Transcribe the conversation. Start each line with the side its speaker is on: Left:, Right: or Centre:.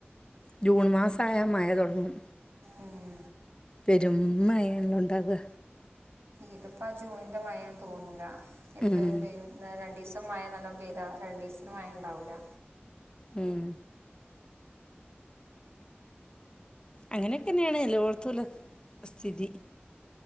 Left: ജൂൺ മാസായ മഴ തൊട്ങ്ങും
Right: ഉം
Left: പെരുംമ്മഴേണല്ലോ ഇണ്ടാവ
Right: ഇതിപ്പാ ജൂണിന്റെ മഴയാന്ന് തോന്നൂല്ല എപ്പളേയും
Left: ഉം
Right: പെയ്യും ന്നാ രണ്ടീസം മഴ നല്ലോണം പെയ്താ രണ്ടീസ്ത്ത്ന് മഴ ഇണ്ടാവൂല്ല
Left: ഉം അങ്ങനെക്കെന്നെയാണ് എല്ലോട്ത്തുള്ള സ്ഥിതി.